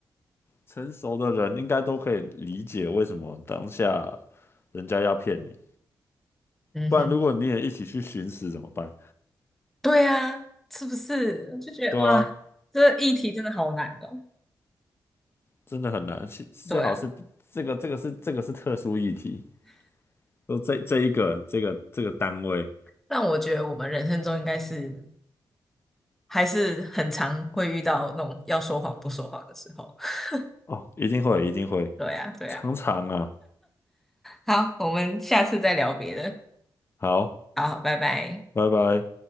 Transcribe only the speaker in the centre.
嗯哼，
对啊，是不是？我就觉得哇，
这议题真的好难哦。
对啊。
但我觉得我们人生中应该是还是很常会遇到那种要说谎不说谎的时候。<laughs>
对呀，对呀。
好，我们下次再聊别的。
好，拜拜。